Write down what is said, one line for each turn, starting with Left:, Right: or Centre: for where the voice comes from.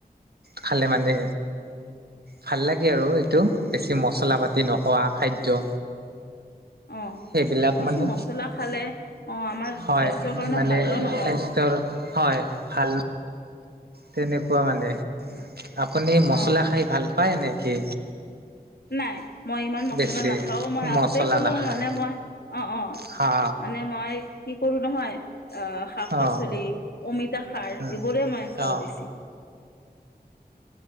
Right: খালে মানে ভাল লাগে আৰু এইটো, বেছি মচলা পাতি নোহোৱা খাদ্য।
Left: অ
Right: সেইবিলাক
Left: বেছি
Right: মানে
Left: মছলা খালে অ আমাৰ
Right: হয়,
Left: স্বাস্থ্যৰ কাৰণে
Right: মানে,
Left: ভালো নহয়।
Right: স্বাস্থ্যৰ হয় ভাল ন তেনেকুৱা মানে। আপুনি মছলা
Left: অ
Right: খাই ভাল পায় নেকি?
Left: নাই। মই ইমান মছলা
Right: বেছি
Left: নাখাওঁ, মই আগতে
Right: মছলা
Left: ক'লো
Right: নাখায়
Left: মানে মই অ' অ'
Right: হা
Left: মানে মই কি কৰোঁ নহয় শাক পাচলি
Right: অ
Left: অমিত খাৰ,
Right: উম
Left: এইবোৰে মই খাওঁ
Right: অ
Left: বেছি।